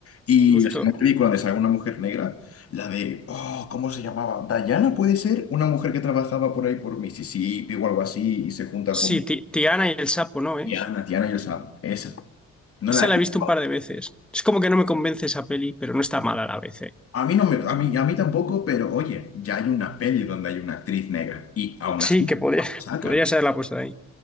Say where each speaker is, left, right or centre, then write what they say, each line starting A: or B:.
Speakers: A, on the left (about 50°); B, in the centre.
A: Y
B: justo.
A: es una película donde sale una mujer negra, la de, oh, ¿cómo se llamaba? Diana puede ser una mujer que trabajaba por ahí por Mississippi o algo así y se junta
B: Sí,
A: con
B: Ti- Tiana y el sapo, ¿no es?
A: Tiana, Tiana y el sapo. Esa. No
B: Esa
A: la he
B: la
A: visto.
B: he visto un par de veces. Es como que no me convence esa peli, pero no está mala a la vez, ¿eh?
A: A mí no me, a mí, a mí tampoco, pero oye, ya hay una peli donde hay una actriz negra y aún
B: Sí,
A: así no
B: que podría,
A: la
B: <laughs>
A: sacan.
B: podría ser la puesta ahí.